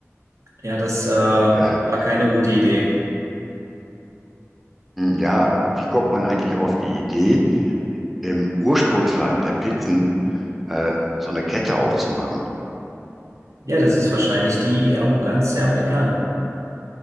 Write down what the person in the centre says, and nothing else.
Ja, äh,
ja, wie kommt man eigentlich auf die Idee? im Ursprungsland der Pizzen äh, so eine Kette aufzumachen.